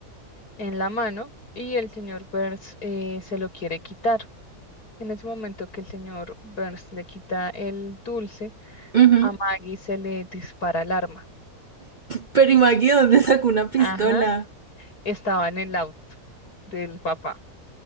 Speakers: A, on the left; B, on the right.
A: en la mano y el señor Burns eh, se lo quiere quitar. En ese momento que el señor Burns le quita el dulce,
B: ujú.
A: a Maggie se le dispara el arma.
B: Pero ¿y Maggie dónde sacó una pistola?
A: Ajá, estaba en el auto del papá.